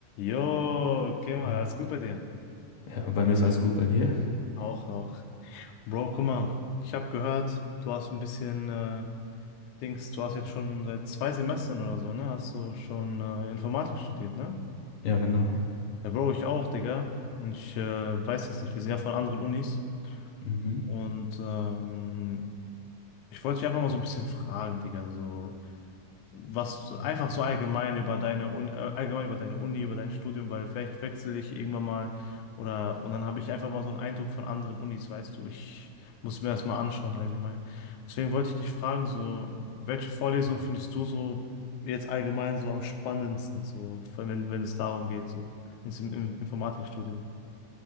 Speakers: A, on the left; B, on the left.
A: Jo, okay, mal, alles gut bei dir?
B: Ja, bei mir ist alles gut bei dir.
A: Auch, auch. Bro, guck mal, ich habe gehört, du hast ein bisschen äh, Dings, du hast jetzt schon seit zwei Semestern oder so, ne? Hast du schon äh, Informatik studiert, ne?
B: Ja, genau.
A: Ja, Bro, ich auch, Digga. Und ich äh, weiß jetzt nicht, wir sind ja von anderen Unis.
B: Mhm.
A: Und ähm, ich wollte dich einfach mal so ein bisschen fragen, Digga, so. was einfach so allgemein über deine Uni, äh, allgemein über deine Uni, über dein Studium, weil vielleicht wechsle ich irgendwann mal oder und dann habe ich einfach mal so einen Eindruck von anderen Unis, weißt du, ich muss mir das mal anschauen allgemein. Deswegen wollte ich dich fragen, so welche Vorlesung findest du so jetzt allgemein so am spannendsten, so wenn wenn es darum geht, so ins Im- im Informatikstudium?